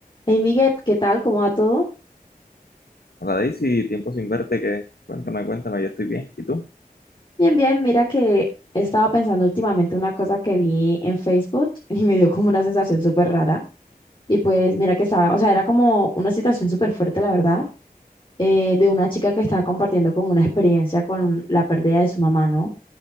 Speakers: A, on the left (about 30°); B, on the left (about 85°).
A: Hey Miguel, ¿qué tal? ¿Cómo va todo?
B: Hola Daisy, tiempo sin verte, que cuéntame, cuéntame, yo estoy bien. ¿Y tú?
A: Bien, bien, mira que he estado pensando últimamente una cosa que vi en Facebook <laughs> y me dio como una sensación súper rara. Y pues mira que estaba, o sea, era como una situación súper fuerte, la verdad, eh, de una chica que estaba compartiendo como una experiencia con la pérdida de su mamá, ¿no?